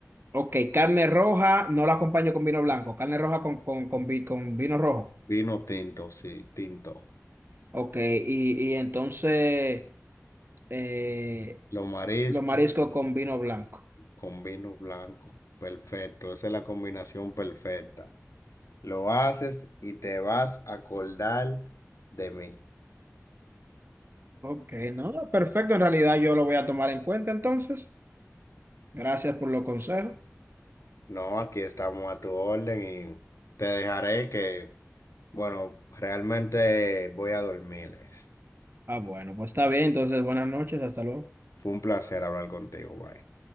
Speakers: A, on the right; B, on the left.
A: Ok, carne roja no la acompaño con vino blanco, carne roja con, con, con, vi- con vino rojo.
B: Vino tinto, sí, tinto.
A: Ok, y, y entonces eh,
B: Los mariscos
A: los mariscos con vino blanco.
B: con vino blanco, perfecto, esa es la combinación perfecta. Lo haces y te vas a acordar de mí.
A: Ok, no, perfecto. En realidad yo lo voy a tomar en cuenta entonces. Gracias por los consejos.
B: No, aquí estamos a tu orden y te dejaré que, bueno, realmente voy a dormir. Es-
A: Ah, bueno, pues está bien. Entonces, buenas noches, hasta luego.
B: Fue un placer hablar contigo, bye.